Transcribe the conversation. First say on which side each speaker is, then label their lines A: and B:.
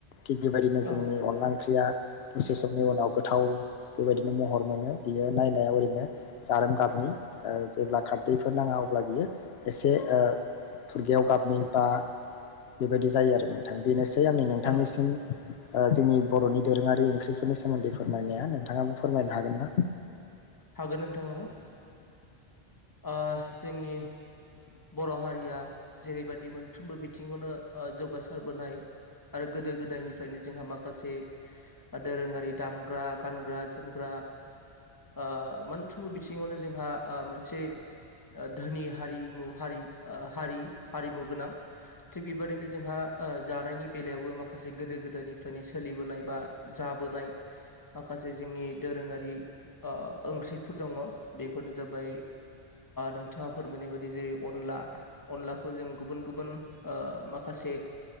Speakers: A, on the left; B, on the left.
A: थिग बेबायदिनो
B: औ
A: जोंनि अनला ओंख्रिया दसे समनि उनाव गोथाव। बेबायदिनो महर मोनो बियो नायनायाव ओरैनो जारोम गाबनि जेब्ला खारदैफोर नाङा। अब्ला बियो एसे फुरगेयाव गाबनि बा बेबायदि जायो आरो नोंथां बेनोसै आंनि नोंथांनिसिम
B: औ
A: जोंनि बरनि दोरोङारि ओंख्रिफोरनि सोमोन्दै फोरमायनाया नोंथाङाबो फोरमायनो हागोन ना?
B: हागोन नोंथां औ ओ जोंनि बर' हारिया जेरैबाददि मोनफ्रोमबो बिथिङावनो ओ जौगासारबोनाय। आरो गोदो गोदायनिफ्रायनो जोंहा माखासे दोरोङारि दामग्रा, गानग्रा-जोमग्रा <unintelligible> <inaudible> ओ मोनफ्रोमबो बिथिङावनो जोंहा ओ मोनसे धोनि हारिमु हारि आ हारिमु गोनां थिग बेबाददिनो जोंहा ओ जानायनि बेलायावबो माखासे माखासे गोदो गोदायनिफ्रायनो सोलिबोनाय बा जाबोनाय माखासे जोंनि दोरोङारि आ ओंख्रिफोर दङ बेफोरनो जाबाय नोंथाङा फोरमायनाय बायदि जेरै- अनला अनलाखौ जों गुबुन गुबुन ओ माखासे